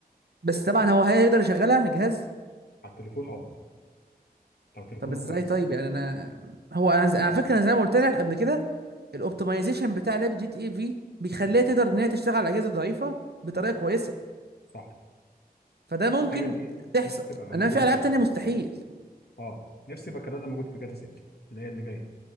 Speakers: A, on the right; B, on the left.
A: بس طبعا هو هيقدر يشغلها جهاز
B: على التليفون اه لو تليفونه
A: طب ازاي
B: كويس
A: طيب يعني انا هو انا ز- على فكره انا زي ما قلت لك قبل كده الاوبتمايزيشن بتاع لعبه جي تي اي في بيخليها تقدر ان هي تشتغل على الاجهزه الضعيفه بطريقه كويسه
B: صح
A: فده ممكن
B: الحاجه دي
A: تحصل
B: نفسي تبقى موجوده
A: انما في العاب
B: في ال
A: تانية مستحيل
B: 6 اه نفسي يبقى الكلام ده موجود في جاتا 6 اللي هي اللي جايه